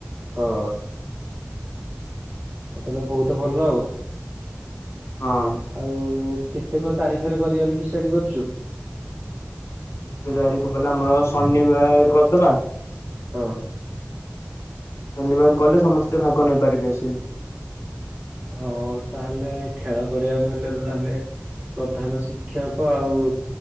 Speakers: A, on the right; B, on the left.
A: ହଁ। ଆଉ ତାହେଲେ ବହୁତ ଭଲ ଆଉ
B: ହଁ।
A: ଆଉ କେତେ କଣ ତାରିଖରେ କରିବା ଡିସାଇଡ କରୁଛୁ?
B: କେତେ ତାରିଖ ବଲା ଆମର ଶନିବାର କରିଦବା।
A: ହଁ।
B: ଶନିବାର କଲେ ସମସ୍ତେ ଭାଗ ନେଇପାରିବେ ସେ
A: ହଉ ତାହେଲେ ଖେଳ କରିବାକୁ ହେଲେ ତ ତାହେଲେ ପ୍ରଧାନ ଶିକ୍ଷକ ଆଉ